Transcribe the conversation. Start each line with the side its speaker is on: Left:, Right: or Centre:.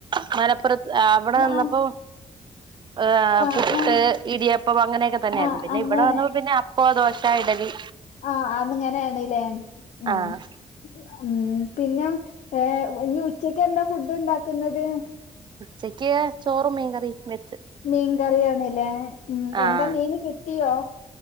Right: അങ്ങനെ പ്രെത് അ അവിടെ നിന്നപ്പോ
Left: ആഹ്
Right: ഹ്
Left: ആഹ്
Right: പുട്ട്,
Left: ആഹ്
Right: ഇടിയപ്പം അങ്ങനെയൊക്കെ തന്നെയായിരുന്നു
Left: ആഹ്
Right: പിന്നെ
Left: അങ്ങനെ
Right: ഇവിടെ വന്നപ്പൊ പിന്നെ അപ്പം, ദോശ, ഇഡ്ഡലി
Left: ആഹ് അന്നങ്ങനെയ ആണല്ലേ മ്
Right: ആഹ്
Left: ഉം പിന്നെ ഏ ഇനി ഉച്ചക്ക് എന്താ ഫുഡ് ഉണ്ടാക്കുന്നത്
Right: ഉച്ചക്ക് ചോറും മീൻകറിയും വെച്ച്
Left: മീൻകറിയാണല്ലേ ഉം
Right: ആഹ്
Left: എന്താ മീന് കിട്ടിയോ